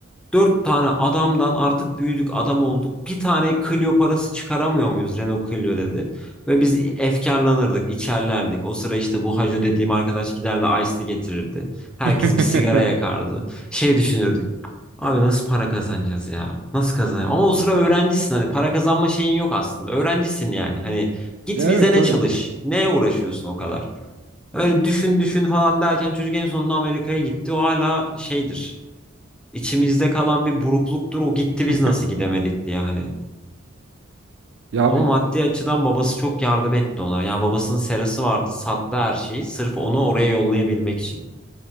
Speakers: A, in the centre; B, on the right.
A: Dört tane adamdan artık büyüdük adam olduk. Bir tane Clio parası çıkaramıyor muyuz Renault Clio dedi. Ve biz efkarlanırdık içerlerdik. O sıra işte bu Hacı dediğim arkadaş giderdi Ice Tea getirirdi. Herkes
B: <laughs>
A: bir sigara yakardı. Şey düşünürdük. Abi nasıl para kazanacağız ya? Nasıl kazanacağız? Ama o sıra öğrencisin hani para kazanma şeyin yok aslında. Öğrencisin yani. Hani git
B: Ya
A: vizene
B: evet tabii
A: çalış.
B: ki.
A: Neye uğraşıyorsun o kadar? Öyle düşün düşün falan derken çocuk en sonunda Amerika'ya gitti. O hala şeydir. İçimizde kalan bir burukluktur. O gitti
B: <laughs>
A: biz nasıl gidemedik diye hani.
B: Ya
A: Ama
B: abi
A: maddi açıdan babası çok yardım etti ona. Yani babasının serası vardı. Sattı her şeyi. Sırf onu oraya yollayabilmek için.